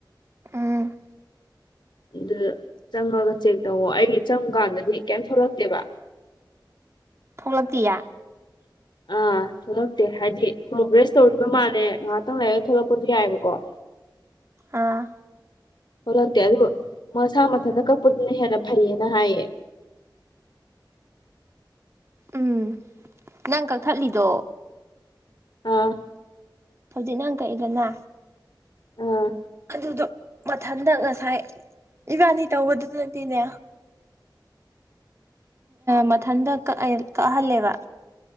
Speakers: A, on the right; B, on the left.
A: ꯎꯝ
B: ꯑꯗꯨ ꯆꯪꯉꯒ ꯆꯦꯛ ꯇꯧꯋꯣ ꯑꯩ ꯆꯪꯀꯥꯟꯗꯗꯤ ꯀꯩꯝ ꯊꯣꯛꯂꯛꯇꯦꯕ
A: ꯊꯣꯛꯂꯛꯇꯤꯌꯥ
B: ꯑꯥ ꯊꯣꯛꯂꯛꯇꯦ ꯍꯥꯏꯗꯤ ꯄ꯭ꯔꯣꯒ꯭ꯔꯦꯁ ꯇꯧꯔꯤꯕ ꯃꯥꯜꯂꯦ ꯉꯥꯏꯍꯥꯛꯇꯪ ꯂꯩꯔꯒ ꯊꯣꯛꯂꯛꯄꯁꯨ ꯌꯥꯏꯌꯦꯕꯀꯣ <inaudible>
A: ꯑꯥ
B: ꯊꯣꯛꯂꯛꯇꯦ ꯑꯗꯨꯕꯨ ꯃꯁꯥ ꯃꯊꯟꯇ ꯀꯛꯄꯗꯨꯅ ꯍꯦꯟꯅ ꯐꯩꯌꯦꯅ ꯍꯥꯏꯌꯦ
A: ꯎꯝ ꯅꯪ ꯀꯛꯊꯠꯂꯤꯗꯣ
B: ꯑꯥ
A: ꯍꯧꯖꯤꯛ ꯅꯪ ꯥꯑ ꯑꯩꯒꯅ
B: ꯑꯥ
A: ꯑꯗꯨꯗꯣ ꯃꯊꯟꯇ ꯉꯁꯥꯏ ꯏꯕꯥꯅꯤ ꯇꯧꯕꯗꯨꯗꯗꯤꯅꯦ ꯃꯊꯟꯗ ꯀꯛ ꯀꯛꯍꯜꯂꯦꯕ